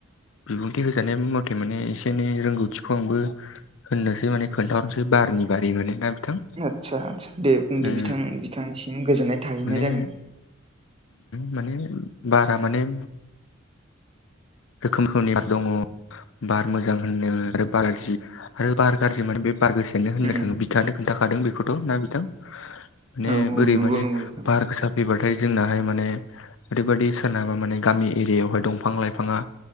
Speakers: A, on the left; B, on the right.
A: बिबुंथि होजानाय मथे माने एसे एनै रोंगौथिखौ आंबो होननोसै माने खोन्थाहरनोसै बारनि बारि माने ना बिथां।
B: आदसा आदसा दे बुंदो
A: उम
B: बिथां बिथांनिसिम गोजोननाय थाहैनाय
A: माने
B: जागोन।
A: माने बारा माने। रोखोम रोखोमनि बार दङ बार मोजां होनो आरो बार गारजि आरो बार गारजि माने बे बार गोसा नो होननो
B: उम
A: थाङो बिथाङानो खोन्था खांदों बेखौथ' ना बिथां माने
B: औ औ
A: बोरै
B: नंगौ
A: माने
B: नंगौ बिथां
A: बार गोसा फैबाथाय जोंनाहाय माने ओरैबादि सोरनाबा माने गामि एरियायावहाय दंफां लाइफाङा